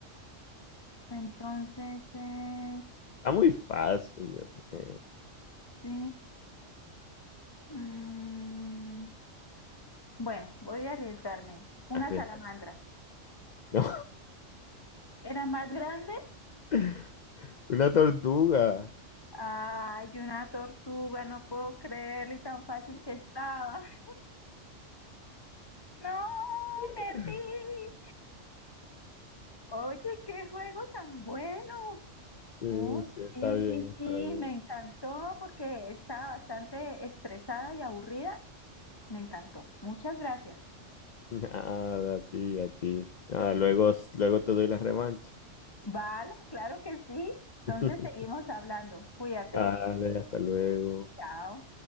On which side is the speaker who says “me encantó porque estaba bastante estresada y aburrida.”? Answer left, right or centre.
Left